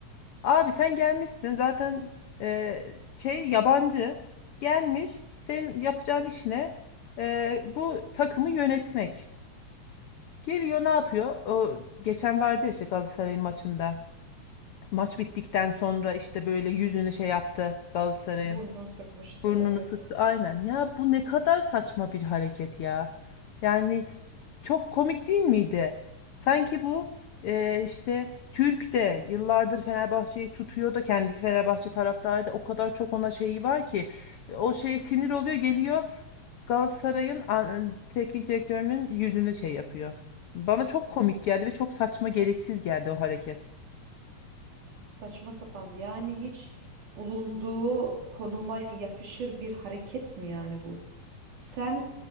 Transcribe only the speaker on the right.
Burnunu sıkmıştı
evet.
Saçma sapan yani hiç bulunduğu konuma yakışır bir hareket mi yani bu? Sen